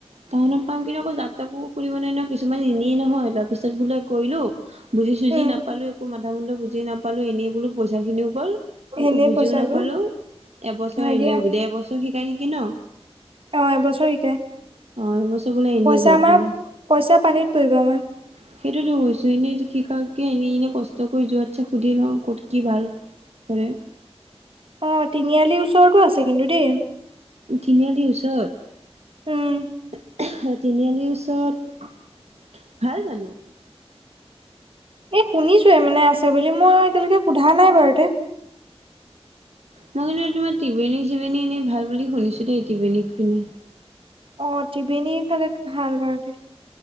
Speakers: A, on the right (about 75°); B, on the right (about 55°).
A: টাউনত পাম কিন্তু আকৌ জাক তাকো সুধিব নোৱাৰি নহয় কিছুমান এনেই নহয়, তাৰ পিছত বোলে কৰিলোঁ <unintelligible> বুজি-চুজি
B: উম
A: নাপালো একো মাথা-মুন্দ বুজি নাপালো এনেই <unintelligible> বোলো প‌ইছাখিনিও গ'ল, একো
B: এনেই
A: বুজিও
B: পইচা
A: নাপালোঁ,
B: গৈ
A: এবছৰ
B: হয়
A: এনেই
B: দিয়া
A: দেবছৰ <unintelligible> <unintelligible> ত' শিকাই নেকি ন?
B: অঁ! এবছৰ শিকাই। <unintelligible>
A: অঁ এবছৰ বোলে এনেই
B: পইচা
A: গ'ল
B: আমাৰ
A: তোমাৰ <unintelligible>
B: পইচা পানীত পৰিব আমাৰ
A: সেইটোৱেটো কৈছোঁ। এনেই শিকাকে এনেই-এনেই কষ্ট কৰি যোৱাতছে সুধি লওঁ, ক'ত <unintelligible> কি ভাল, কৰে। <unintelligible>
B: অঁ! তিনিআলিৰ ওচৰতো আছে কিন্তু দেই। <unintelligible>
A: তিনিআলি ওচৰত? <inaudible>
B: উম। <inaudible>
A: <unintelligible> তিনিআলিৰ ওচৰত ভাল জানো?
B: এই শুনিছোঁহে মানে আছে বুলি, মই এতিয়ালৈকে সোধা নাই বাৰু তে <unintelligible>
A: মই কিন্তু তোমাৰ টিবেনী-চিবেনী এনেই ভাল বুলি শুনিছোঁ দেই এই টিবেনীখিনি। <unintelligible>
B: অঁ! টিবেনী ফালে ভাল বাৰু দে। <unintelligible>